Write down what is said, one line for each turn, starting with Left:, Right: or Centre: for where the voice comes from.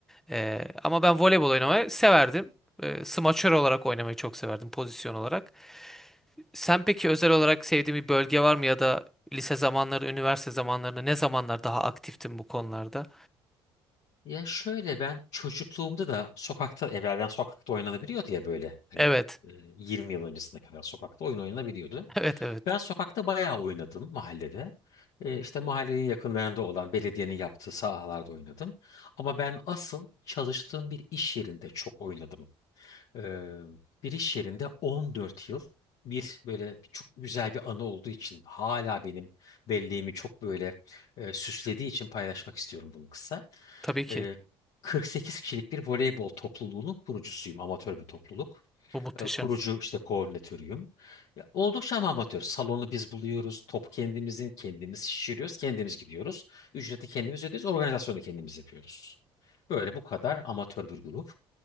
Centre: Ee, ama ben voleybol oynamayı severdim. Ee, smaçör olarak oynamayı çok severdim pozisyon olarak. Sen peki özel olarak sevdiğin bir bölge var mı ya da lise zamanları, üniversite zamanlarında ne zamanlar daha aktiftin bu konularda?
Left: Ya şöyle ben çocukluğumda da sokakta evvelden sokakta oynanabiliyordu ya böyle hani
Centre: Evet.
Left: e,
Centre: <laughs>
Left: 20 yıl öncesine kadar sokakta oyun oynanabiliyordu.
Centre: Evet, evet.
Left: Ben sokakta bayağı oynadım mahallede. E, işte mahallenin yakınlarında olan belediyenin yaptığı sahalarda oynadım. Ama ben asıl çalıştığım bir iş yerinde çok oynadım. Ee, bir iş yerinde 14 yıl bir böyle bir çok güzel bir anı olduğu için hala benim belleğimi çok böyle e, süslediği için paylaşmak istiyorum bunu kısa.
Centre: Tabii ki.
Left: Ee, 48 kişilik bir voleybol topluluğunun kurucusuyum. Amatör bir topluluk.
Centre: Bu muhteşem.
Left: Ee, kurucu işte koordinatörüyüm. Ya, oldukça ama amatör. Salonu biz buluyoruz. Top kendimizin. Kendimiz şişiriyoruz. Kendimiz gidiyoruz. Ücreti kendimiz ödüyoruz. Organizasyonu da kendimiz yapıyoruz. Böyle bu kadar amatör bir grup.